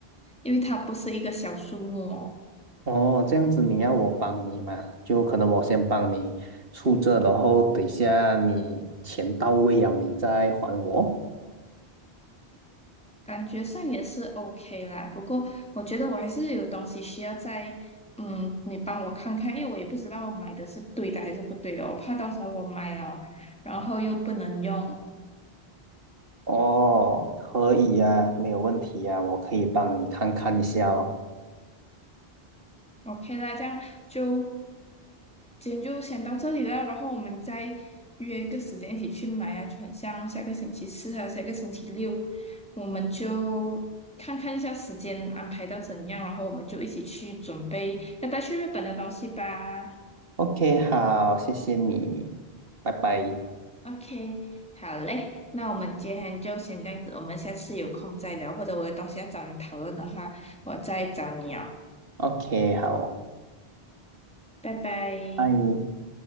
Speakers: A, in the centre; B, on the right.
A: 因为它不是一个小数目哦，
B: 哦，这样子你要我帮你嘛？就可能我先帮你出这，然后等一下你钱到位了，你再还我。
A: 感觉上也是 OK 啦。不过我觉得我还是有东西需要在，嗯，你帮我看看，因为我也不知道我买的是对的还是不对的，我怕到时候我买了，然后又不能用，
B: 哦，可以呀，没有问题呀，我可以帮你看看一下哦。
A: OK，那这样就今天就先到这里啦，然后我们再约一个时间一起去买啊，就很像下个星期四还有下个星期六，我们就看看一下时间安排到怎样，然后我们就一起去准备要带去日本的东西吧。
B: OK，好，谢谢你，拜拜。
A: OK，好嘞，那我们今天就先这样子，我们下次有空再聊，或者我有东西要找你讨论的话，我再找你哦，
B: OK，好，
A: 拜拜。
B: 拜。